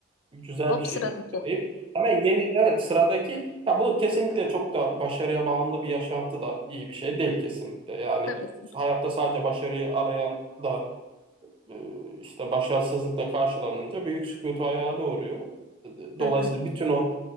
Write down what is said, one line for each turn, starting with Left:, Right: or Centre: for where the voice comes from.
Right: Güzel
Left: Hop
Right: bir şeymiş
Left: sıradaki.
Right: deyip hemen yeni evet sıradaki ya bu kesinlikle çok da başarıya bağımlı bir yaşantı da iyi bir şey değil kesinlikle. Yani
Left: Tabii ki.
Right: hayatta sadece başarıyı arayan da e, işte başarısızlıkla karşılanınca büyük sükutu hayale uğruyor. Dolayısıyla
Left: Hı hı,
Right: bütün o